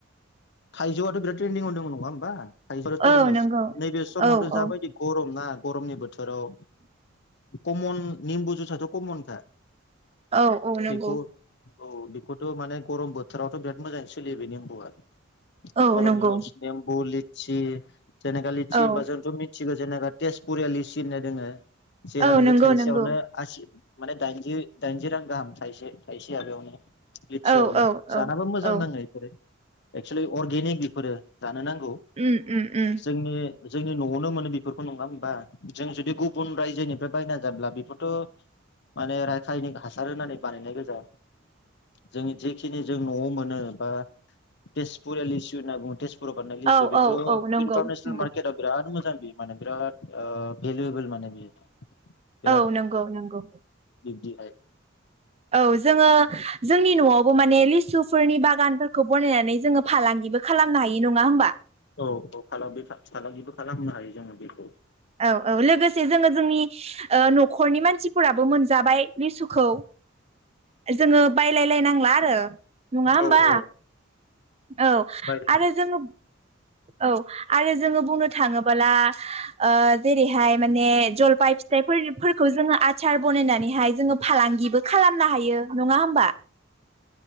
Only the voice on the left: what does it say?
थाइजौआथ' बिराद ट्रेन्दिंआवनो दं नङा होमबा? थायजौ आरो थरमुस
नैबे समावथ
जाबायदि
गरम ना। गरमनि बोथोराव कमन निमबु जुइ आथ' कमनखा।
बेखौ औ बेखौथ माने गरम बोथोरावथ बिराद मोजाङै सोलियो बे निम्बुआ। <unintelligible>
थि। जोंना खालि थि
होनबा जोंथ मिथिगौ जोंना खालि <unintelligible> तेजपुरियालि सि होननाय दोङो। जेरावनाखि
थाइसेयावनो
आसि माने दाइनजि दाइनजि रां गाहाम थायसे थायसे माबायावनो लिथियावनो
जानाबो मोजां
नाङो इसोरो एक्सुलि अर्गेनिक बेफोरो जानो नांगौ।
जोंनि जोंनि नआवनो मोनो बेफोरखौ नङा होमबा जों जुदि गुबुन रायजोनिफ्राय बायना जाब्ला बेफोरथ माने राखायनिक हासार होननानै बानायनाय गोजा जोंनि जेखिनि जों नआव मोनो बा तेजपुरि लेसु होनना बुङो तेजपु राव बानायनाय लेसु
बेथ
इन्टारनेसनेल
मार्केटआव बिराद मोजां। बि माने बिराद ओ भेलुएवोल माने बियो। बिराद
बिब्दिहाय
औ औ फालांगि फालांगिबो खालामनो हायो जोङो बेखौ।
औ औ
बाय